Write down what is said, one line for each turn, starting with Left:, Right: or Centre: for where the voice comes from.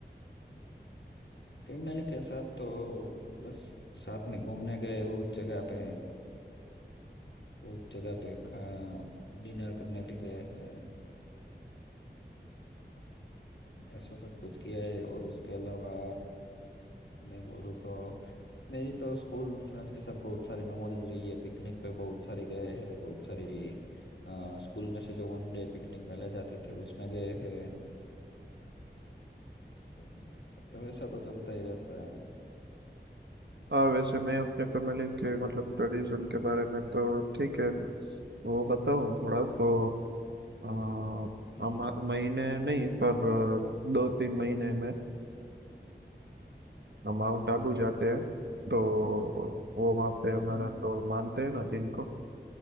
Left: फैमिली के साथ तो बस साथ में घूमने गए बहुत जगह पे बहुत जगह पे खा डिनर करने भी गए हैं ऐसा सब कुछ किया है और उसके अलावा मैं बोलूँ तो मेरी तो स्कूल फ्रेंड्स के साथ बहुत सारी मेमोरीज रही है पिकनिक पे बहुत सारी गए हैं बहुत सारी अ, स्कूल में से जो वन डे पिकनिक में ले जाते थे उसमें गए हैं मतलब ऐसा तो चलता ही रहता
Right: हाँ वैसे मैं अपने फैमिली के मतलब ट्रेडिशन के बारे में तो ठीक है वो बताऊँ थोड़ा तो आ, हम
Left: है
Right: हर महीने नहीं पर अ, दो तीन महीने में हम माउंट आबू जाते हैं तो वो वहाँ पे हमारा
Left: हाँ
Right: तो मानते हैं ना जिनको